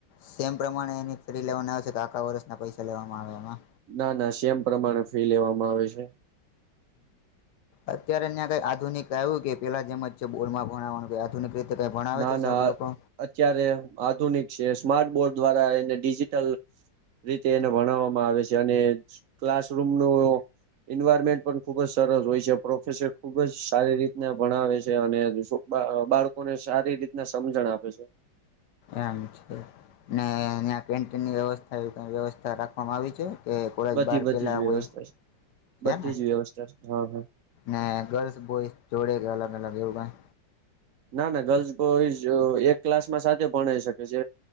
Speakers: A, on the left; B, on the right.
A: સેમ પ્રમાણે એની ફ્રી લેવાના આવે છે, કે આખા વર્ષના પૈસા લેવામાં આવે એમાં
B: ના ના સેમ પ્રમાણે ફી લેવામાં આવે છે.
A: અત્યારેં ન્યા કઈ આધુનિક આવ્યું કે પેલા જેમ જ છે, બોલમાં ભણવાનું આધુિક રીતે તે કંઈ ભણાવ
B: ના
A: છે, સર
B: ના
A: લોકો
B: અત્યારે આધુનિક છે, સ્માર્ટ બોર્ડ દ્વારા એને ડિજિટલ રીતે એને ભણવામાં આવે છે, અને ક્લાસરૂમનો એન્વાયરમેન્ટ પણ ખુબ જ સરસ હોય છે, પ્રોફેસર ખુબ જ સારી રીતના ભણાવે છે, અને બા અ બાળકોને સારી રીતના સમજણ આપે છે.
A: એમ છે ને એના પેન્ટ વ્યવસ્થા એવી કંઈ વ્યવસ્થા રાખવામાં આવી છે. કે કોલેજ
B: બધી
A: બાર
B: બધી
A: પેલા
B: જ વ્યવસ્થા
A: હોય
B: છે
A: છે,
B: બધી
A: ને
B: જ વ્યવસ્થા છે હા હા
A: ને ગર્લ્સ બોયઝ જોડે કંઈ અલગ અલગ એવું કંઈ
B: ના ના ગર્લ્સ બોઈઝ અ એક ક્લાસમાં સાથે ભણાઈ શકે છે